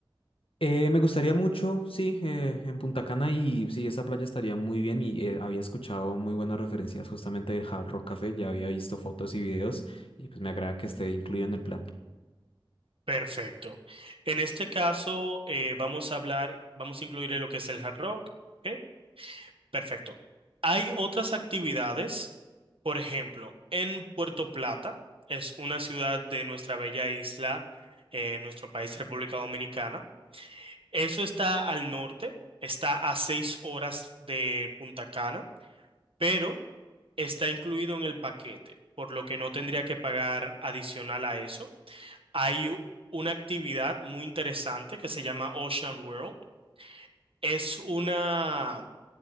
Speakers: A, on the left; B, on the right.
A: Eh, me gustaría mucho, sí, eh, en Punta Cana y sí, esa playa estaría muy bien y eh, había escuchado muy buenas referencias justamente del Hard Rock Café, ya había visto fotos y videos y pues me agrada que esté incluido en el plan.
B: Perfecto. En este caso, eh, vamos a hablar, vamos a incluirle lo que es el Hard Rock, ¿ok? Perfecto. Hay otras actividades, por ejemplo, en Puerto Plata, es una ciudad de nuestra bella isla, eh, nuestro país, República Dominicana. Eso está al norte, está a seis horas de Punta Cana, pero está incluido en el paquete, por lo que no tendría que pagar adicional a eso. Hay u- una actividad muy interesante que se llama Ocean World. Es una